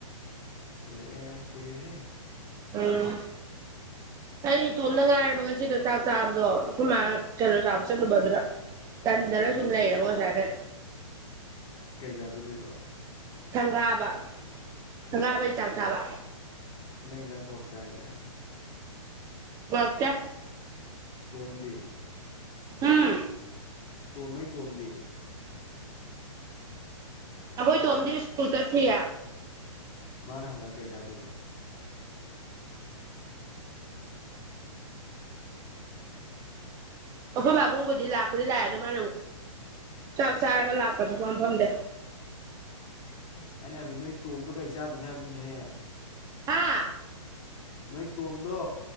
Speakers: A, on the left; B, on the right.
A: ꯍꯂꯦꯑꯦ ꯀꯨꯣꯏꯏꯔꯍꯦ
B: ꯑ
A: <inaudible>
B: ꯑꯩ ꯏꯇꯣꯝꯗ ꯉꯥꯏꯔꯕ ꯉꯁꯤꯗꯣ ꯆꯥꯛ ꯆꯥꯕꯗꯣ ꯑꯩꯈꯣꯏ ꯃꯥ ꯀꯩꯅꯣ ꯆꯥꯕ ꯆꯠꯂꯨꯕꯗꯨꯅ ꯀꯟꯗꯂꯣ
A: ꯀꯔꯤ
B: ꯆꯨꯝ ꯂꯩ ꯌꯦꯔꯃꯣꯖꯒꯦ
A: ꯄꯩꯖꯥꯁꯨ ꯂꯩꯣꯏꯕ
B: ꯁꯪꯒꯥꯕ ꯁꯪꯒꯥꯕꯩ ꯆꯥꯆꯥꯕ
A: ꯅꯪꯖꯥꯡ ꯄꯣꯛꯣꯛꯇ꯭ꯔꯥ ꯍꯖ
B: ꯣꯛꯇ
A: ꯇꯣꯝꯗꯦ
B: ꯎꯝ
A: ꯇꯣꯟ ꯅꯣꯏ ꯇꯣꯟꯝꯗꯦ
B: ꯑꯩꯈꯣꯏ ꯇꯣꯝꯗꯤ ꯁ꯭ꯀꯨꯜ ꯆꯠꯁꯤꯌꯦ
A: ꯃꯥꯅꯍꯂ ꯀꯩꯖꯥꯗꯕ
B: ꯑꯣꯈꯣꯏ ꯕꯥꯕꯨꯡꯕꯨꯗꯤ ꯂꯥꯛ ꯀꯨꯗꯤ ꯂꯥꯏꯒ ꯃꯥꯅ ꯆꯥꯛ ꯆꯥꯔꯒ ꯂꯥꯛꯄꯗꯨ ꯄꯝꯐꯝꯗꯦ
A: <unintelligible> ꯍꯥꯏꯕꯗꯤ ꯅꯣꯏ ꯇꯣꯝꯣ ꯀꯩ ꯆꯥꯗꯣꯏꯅ ꯍꯥꯏꯕꯅꯤꯅꯦꯍꯦ
B: ꯍꯥꯥ
A: ꯅꯣꯏ ꯇꯣꯝꯗꯣ